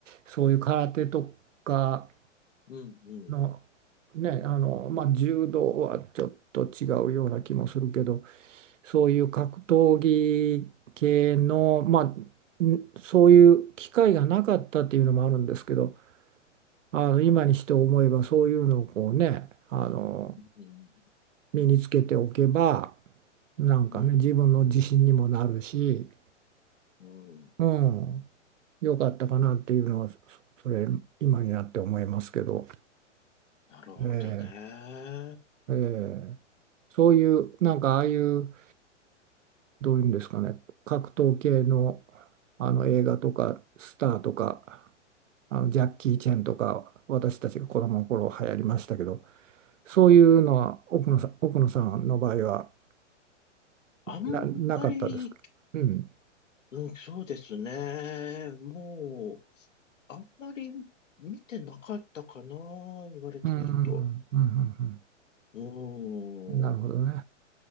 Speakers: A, on the right; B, on the left.
A: う、そういう空手とか
B: うんうん
A: の、ね、あの、まあ、柔道はちょっと違うような気もするけど、そういう格闘技系の、まあ、んそういう機会がなかったっていうのもあるんですけど、あの今にして思えばそういうのをこうね、あの
B: うん。
A: 身につけておけば、なんかね、
B: うんうんうんうん
A: 自分の自信にもなるし、
B: うん。うん。
A: うん、良かったかなっていうのは、そそれ、今になって思いますけど、
B: なるほどね。
A: ええええそういう、なんかああいう、どういうんですかね、格闘系の、あの映画とか、スターとか、あのジャッキー・チェンとか、私たちが子供の頃流行りましたけど、そういうのは奥野さん、奥野さんの場合は
B: あんまり、
A: な、なかったですか。うん。
B: うん、そうですねうんええはいうんうんはあはあはあはあはあはあええうんうんうんうんうんうんうんうんうんなるほどねあんまりうんそうですねもう、あんまり見てなかったかな。言われてみると。
A: うん、うん、うん、
B: うん。
A: うんなるほどね。